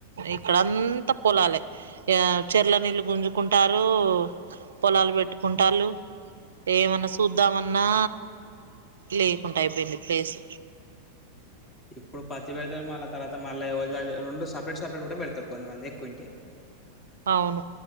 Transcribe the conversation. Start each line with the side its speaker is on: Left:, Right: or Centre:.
Right: ఇక్కడంతా పొలాలే ఇగ చెర్ల నీళ్ళు గుంజుకుంటారు పొలాలు పెట్టుకుంటాళ్ళు ఏమన్నా సూద్దామన్నా లేకుండా అయిపోయింది ప్లేస్
Left: ఇప్పుడు పత్తి పెడతారు మళ్ళా తర్వాత మల్ల ఎవల్ దాలు రెండు సపరేట్ సపరేట్ కూడా పెడతారు కొంతమంది ఎకువుంటె
Right: అవును